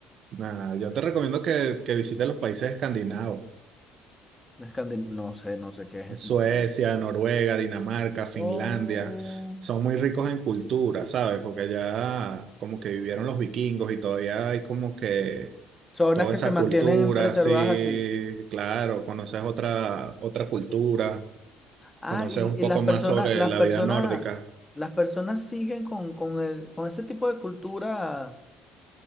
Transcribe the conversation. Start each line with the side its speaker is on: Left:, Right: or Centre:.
Right: Nada, yo te recomiendo que, que visites los países escandinavos,
Left: Escandi- No sé, no sé qué es,
Right: Suecia,
Left: no sé.
Right: Noruega, Dinamarca, Finlandia.
Left: O
Right: Son muy ricos en cultura, ¿sabes? Porque allá como que vivieron los vikingos y todavía hay como que
Left: zonas
Right: Toda
Left: que
Right: esa
Left: se mantienen
Right: cultura,
Left: preservadas
Right: sí,
Left: así.
Right: claro, conoces otra, otra cultura,
Left: Ah,
Right: conoces
Left: y,
Right: un
Left: y
Right: poco
Left: las personas,
Right: más sobre
Left: las
Right: la
Left: personas,
Right: vida nórdica.
Left: las personas siguen con, con el, con ese tipo de cultura